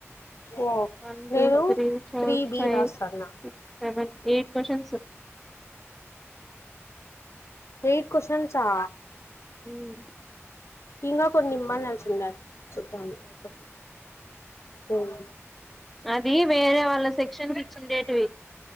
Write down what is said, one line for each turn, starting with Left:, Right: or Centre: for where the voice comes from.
Left: ఓ,
Centre: వన్ టూ
Left: నేను
Centre: three four
Left: three B
Centre: five
Left: రాస్తాన్నా.
Centre: Six seven, eight questions.
Left: Eight కోష్న్సా?
Centre: ఉమ్
Left: ఇంగా ఫ్ కొన్నిమ్మనాల్సింది అ <unintelligible> ఉమ్
Centre: అదీ, వేరే వాళ్ళ సెక్షన్కి ఇచ్చిండేటివి.